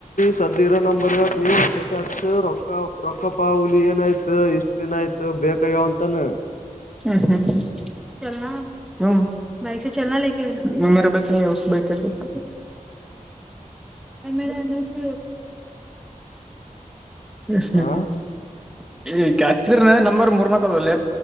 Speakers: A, on the left (about 70°); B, in the centre.
A: ಸರ ನಂಬರ್ ಇ ನೀ ರೊ ರೊಕ ಪ್ಪಾ ಹುಲಿ ಏನಾಯ್ತು ಇಷ್ಟ್ ದಿನ ಆಯ್ತು ಬೇಕಯ್ಯೋ ಅಂತಾನ
B: ಹ ಚಲ ಹ ಬೈಕ್ ಸ ಚಲನಾ ಮೇ ಬೇಕೆ ಬಕ ಮೇಲೆ ಅನುಸ ್ಮಚಂದ
A: ಹಾ
B: ನಂಬರ್ ಮೂರುನಾಕದಲ್ಲ ಇ